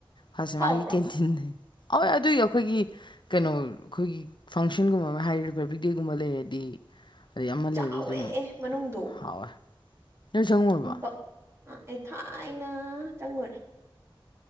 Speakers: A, on the left (about 60°); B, on the right (about 30°).
A: ꯐꯥꯁ ꯑꯦ
B: ꯍꯥꯎꯕ꯭ꯔꯥ
A: ꯃꯥꯔꯒꯤ ꯀꯦꯟꯇꯤꯟ ꯍꯣꯏ ꯑꯗꯨꯒꯤ ꯑꯩꯈꯣꯏꯒꯤ ꯀꯩꯅꯣ ꯑꯩꯈꯣꯏꯒꯤ ꯐꯪꯁꯟꯒꯨꯝꯕ ꯑꯃ ꯍꯥꯏ ꯔꯤꯄꯕ꯭ꯂꯤꯛ ꯗꯦꯒꯨꯝꯕ ꯂꯩꯔꯗꯤ ꯑꯗꯩ ꯑꯃ
B: ꯆꯥꯎꯋꯦ
A: ꯂꯩꯔꯗꯤ ꯑꯗꯨꯝ
B: ꯃꯅꯨꯡꯗꯣ
A: ꯍꯥꯎꯋꯦ ꯅꯣꯏ ꯆꯪꯉꯨꯔꯕ
B: <unintelligible> ꯑꯩ ꯊꯥꯏꯅ ꯆꯪꯉꯨꯔꯦ